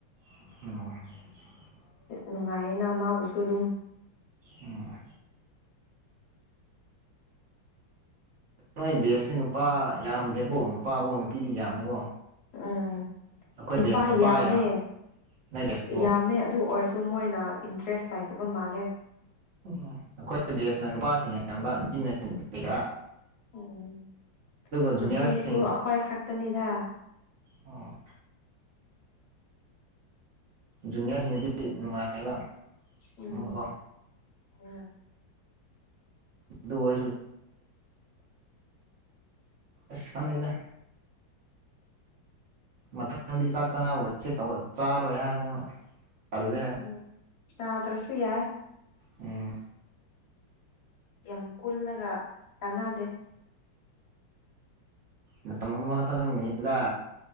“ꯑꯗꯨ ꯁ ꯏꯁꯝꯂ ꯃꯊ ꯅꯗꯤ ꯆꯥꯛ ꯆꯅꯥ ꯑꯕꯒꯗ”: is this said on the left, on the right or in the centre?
Right